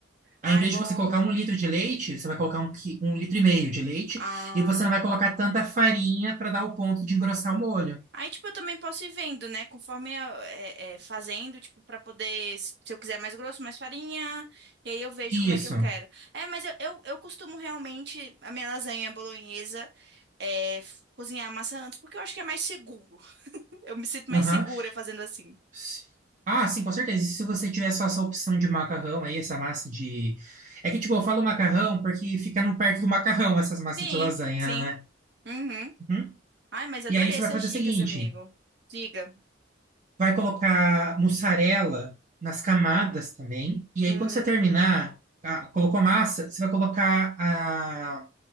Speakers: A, on the right; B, on the right.
A: Aí,
B: Ai,
A: em vez
B: vou.
A: de você colocar um litro de leite, você vai colocar um, qui- um litro e meio de leite,
B: Ah.
A: e você não vai colocar tanta farinha para dar o ponto de engrossar o molho.
B: Aí, tipo, eu também posso ir vendo, né? Conforme eu, é, é, fazendo, tipo, pra poder, se se eu quiser mais grosso, mais farinha, e aí eu vejo como é
A: Isso.
B: que eu quero. É, mas eu, eu, eu costumo realmente, a minha lasanha bolonhesa, é, f- cozinhar a massa antes, porque eu acho que é mais seguro. <laughs> Eu me sinto mais
A: Aham,
B: segura fazendo assim.
A: S- Ah, sim, com certeza. E se você tiver só essa opção de macarrão aí, essa massa de. É que, tipo, eu falo macarrão porque fica no perto do macarrão essas massas
B: Sim,
A: de lasanha,
B: sim.
A: né?
B: Uhum.
A: Uhum.
B: Ai, mas adorei
A: E aí você
B: essas
A: vai fazer
B: dicas,
A: o seguinte:
B: amigo. Diga.
A: vai colocar mussarela nas camadas também. E aí,
B: Hum.
A: quando você terminar, ah, colocou massa, você vai colocar a